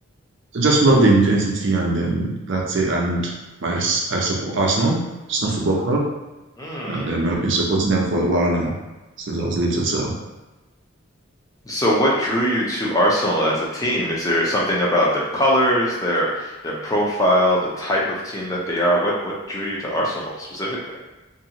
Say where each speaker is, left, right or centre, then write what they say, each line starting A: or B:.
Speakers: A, on the right; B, on the left.
A: I just love the intensity, and then that's it. And my I support Arsenal, Arsenal Football Club,
B: Hmm.
A: and then I've been supporting them for a while now, since I was little. So,
B: So what drew you to Arsenal as a team? Is there something about their colors, their their profile, the type of team that they are? What what drew you to Arsenal specifically?